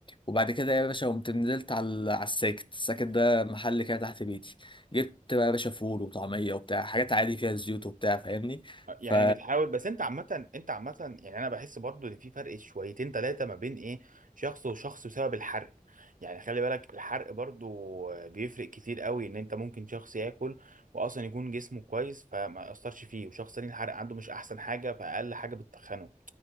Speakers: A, on the left; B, on the right.
A: وبعد كده يا باشا قمت نزلت على ال- على الساكت الساكت ده محل كده تحت بيتي جبت بقى يا باشا فول وطعميه وبتاع حاجات عادي فيها زيوت وبتاع فاهمني
B: يعني
A: ف...
B: بتحاول بس انت عامة انت عامة يعني انا بحس برضو ان في فرق شويتين تلاتة ما بين ايه شخص وشخص بسبب الحرق يعني خلي بالك الحرق برضو بيفرق كتير قوي ان انت ممكن شخص ياكل واصلا يكون جسمه كويس فما يأثرش فيه وشخص تاني الحرق عنده مش احسن حاجة فاقل حاجة بتتخنه